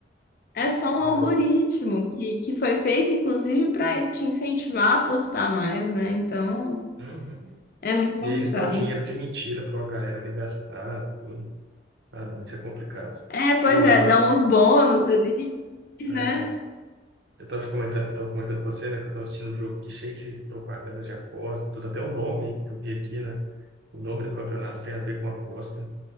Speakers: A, on the left; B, on the right.
A: É só um
B: É,
A: algoritmo que, que foi feito, inclusive, para te incentivar a apostar mais, né? Então,
B: uhum.
A: é muito complicado.
B: E aí eles dão dinheiro de mentira para uma galera ali gastar, tudo. Ah, não, isso é complicado.
A: É, pois
B: Ou
A: é,
B: eu tava,
A: dá uns bônus ali, né?
B: é, eu tava te comentando, tava comentando com você, né, que eu tava assistindo um jogo aqui cheio de propaganda de aposta, tudo, até o nome eu vi aqui, né? O nome do campeonato tem a ver com aposta.